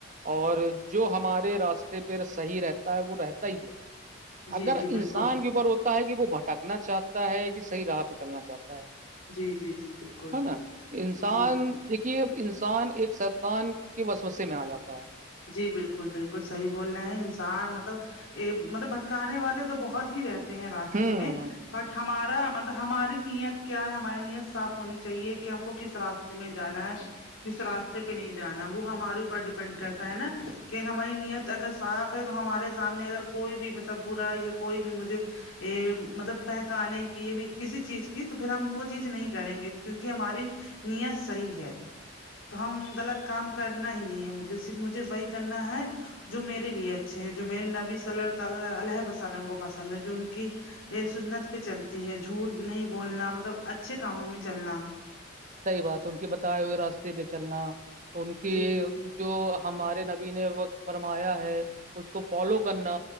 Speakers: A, on the right (about 40°); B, on the left (about 75°).
A: اور جو ہمارے راستے پہ صحیح رہتا ہے وہ رہتا ہی ہے
B: جی
A: اگر
B: جی بالکل
A: انسان کے اوپر ہوتا ہے کہ وہ بھٹکنا چاہتا ہے کہ صحیح راہ پہ چلنا چاہتا ہے
B: جی جی جی بالکل
A: ہے نا انسان
B: یہ
A: دیکھیے انسان ایک سطان کے بس میں آ جاتا ہے
B: جی بالکل بالکل صحیح بول رہے ہیں انسان مطلب یہ مطلب بھٹکانے والے تو بہت ہی رہتے ہیں راستے
A: ہوں
B: میں بٹ ہمارا مطلب ہماری نیت کیا ہے ہماری نیت صاف ہونی چاہیے کہ ہم کو کس راستے میں جانا ہے کس راستے پہ نہیں جانا وہ ہمارے اوپر ڈیپینڈ کر ہے نا کہ ہماری نیت اگر صاف ہے تو ہمارے سامنے اگر کوئی بھی مطلب برا یا کوئی بھی مجھے مطلب مہکانے کی یہ بھی کسی چیز کی تو پھر ہم وہ چیز نہیں کریں گے کیونکہ ہماری نیت صحیح ہے تو ہم غلط کام کرنا ہی نہیں ہے مجھے صرف مجھے وہی کرنا ہے جو میرے لیے اچھے ہیں جو میرے نبی صلی اللہ تعالی علیہ وسلم کو پسند ہے جو ان کی یہ سنت پہ چلتی ہے جھوٹ نہیں بولنا مطلب اچھے کاموں میں چلنا
A: صحیح بات ان کے بتائے ہوئے راستے پہ چلنا ان کی
B: جی
A: جو ہمارے نبی نے وقت فرمایا ہے اس کو فالو کرنا